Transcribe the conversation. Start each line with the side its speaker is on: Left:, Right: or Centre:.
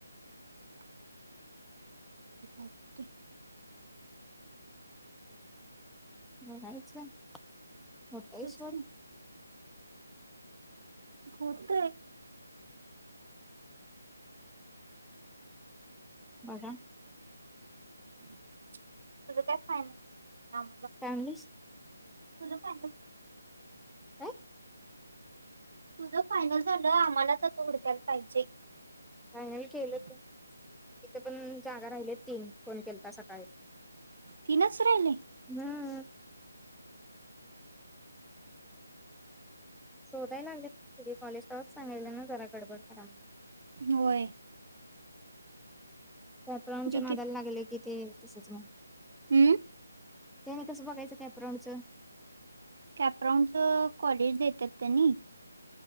Right: <unintelligible>
Centre: ह नाहीच होतं
Right: तेच
Centre: सोल.
Right: की होत आहे.
Centre: बघा.
Right: तुझं काय फायनल
Centre: फॅमिलीस
Right: तुझ फायनल.
Centre: काय?
Right: तुझ फायनल झालं आम्हालाच आता हुडकायला पाहिजे.
Centre: फायनल केलं तिथे पण जागा राहिले तीन फोन केलता सकाळी.
Right: तीनच राहिले.
Centre: हम्म शोधायला लागले कॉलेजा सांगले ना जरा गडबड कराला.
Right: होय.
Centre: कॅपराऊंडच्या
Right: तिकीट
Centre: नदाला लागेल कि ते तस त...
Right: हम्म.
Centre: त्याने कसं बघायचं काय प्रणच...
Right: कॅपराऊड च कॉलेज देतात आणि